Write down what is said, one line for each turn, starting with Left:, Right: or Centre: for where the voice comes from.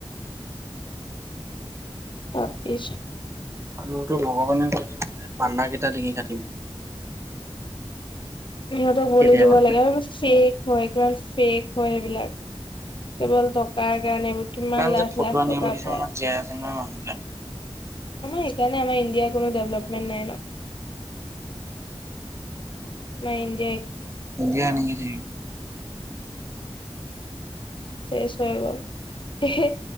Left: তাপিছ
Right: মোৰতো ভগৱানে কৈলে মই পানা কেইটা ডিঙি কাটিম।
Left: সহঁতক বুলি
Right: কেতিয়াবা।
Left: দিব লাগে শে হয় কি ফেক হয় সেইবিলাক কেৱল টকাৰ। গান বা কিমান
Right: যে
Left: লাখ
Right: ফটুৱা
Left: লাখ
Right: নিয়ম
Left: টকাৰ
Right: কিছুমানত
Left: পৰা।
Right: জীয়াই <unintelligible>
Left: আমাৰ সেইকাৰণে আমাৰ ইণ্ডিয়াৰ কোনো ডেভেলপমেন্ট নাই ন? ইণ্ডিয়া।
Right: <unintelligible> এনেকেই থাকিব।
Left: চেছ হৈ গল হে হে।